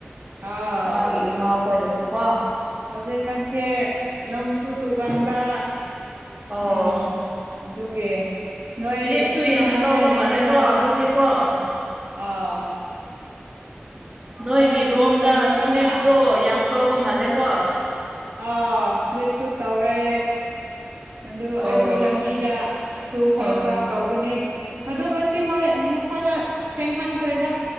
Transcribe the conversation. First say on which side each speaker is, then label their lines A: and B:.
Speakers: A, on the right; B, on the right.
A: ꯑꯥ
B: ꯃꯥꯒꯤ ꯏꯃꯥ ꯈꯣꯏꯅꯁꯨ ꯀꯣ
A: ꯍꯧꯖꯤꯛꯀꯥꯟꯁꯦ ꯅꯣꯡꯁꯨ ꯆꯨꯒꯟꯕ
B: ꯑꯣ
A: ꯎꯝ ꯑꯗꯨꯒꯤ ꯅꯣꯏ
B: ꯁ꯭ꯂꯤꯞꯁꯨ ꯌꯥꯝ
A: ꯑꯥꯗ
B: ꯇꯧꯕ ꯃꯥꯜꯂꯦꯀꯣ
A: ꯂꯩꯃꯤꯟꯅꯕ
B: ꯑꯗꯨꯗꯤꯀꯣ
A: ꯑꯥ
B: ꯅꯣꯏꯒꯤ
A: ꯅꯣꯏ
B: ꯔꯣꯝꯗ
A: ꯂꯩꯕ
B: ꯁ꯭ꯂꯤꯞꯇꯣ
A: ꯀꯥꯟꯗ
B: ꯌꯥꯝ ꯇꯧꯕ ꯃꯥꯜꯂꯦꯀꯣ
A: ꯑꯥ ꯁ꯭ꯂꯤꯞ ꯁꯨ ꯇꯧꯋꯦ ꯑꯗꯨ
B: ꯑꯣ
A: ꯑꯩꯈꯣꯏ ꯂꯝꯕꯤꯗꯁꯨꯨ ꯈꯔ
B: ꯑꯣ
A: ꯈꯔ ꯇꯧꯕꯅꯤ ꯑꯗꯨ ꯉꯁꯤ ꯃꯣꯏ ꯃꯈꯣꯏꯅ ꯁꯦꯡ ꯍꯟꯈ꯭ꯔꯦꯗ